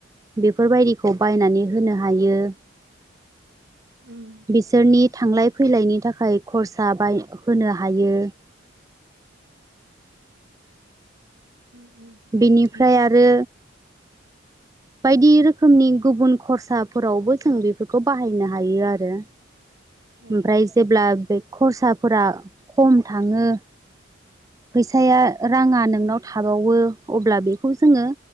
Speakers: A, on the right; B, on the right.
A: बेफोरबायदिखौ बायनानै होनो हायो।
B: उम
A: बिसोरनि थांलाय फैलायनि था खाय खरसा बाय होनो हायो।
B: उम
A: बिनिफ्राय
B: ओमफ्राय
A: आरो बायदि रोखोमनि गुबुन खरसाफोरावबो जों बेफोरखौ बाहायनो हायो आरो।
B: उम
A: ओमफ्राय जेब्ला बे खरसाफोरा खम थाङो। फैसाया राङा नोंनाव थाबावो अब्ला बेखौ जोङो